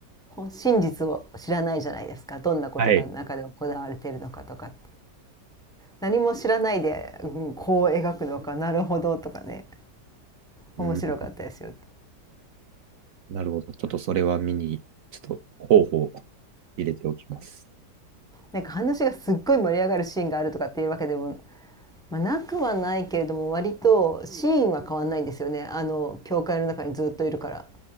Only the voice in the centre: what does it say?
真実を知らないじゃないですかどんなことが中で行われているのかとかって。
何も知らないで、うん、こう描くのかなるほどとかね
面白かったですよ。
なんか話がすっごい盛り上がるシーンがあるとかっていうわけでも、まあ、なくはないけれども割とシーンは変わんないんですよねあの教会の中にずっといるから。